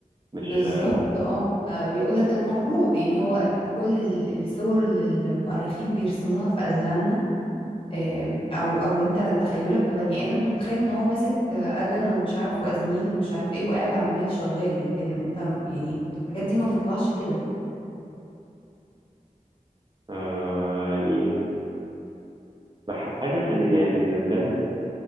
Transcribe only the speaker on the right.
مش
آه يعني بح- حاسس ان ان بجد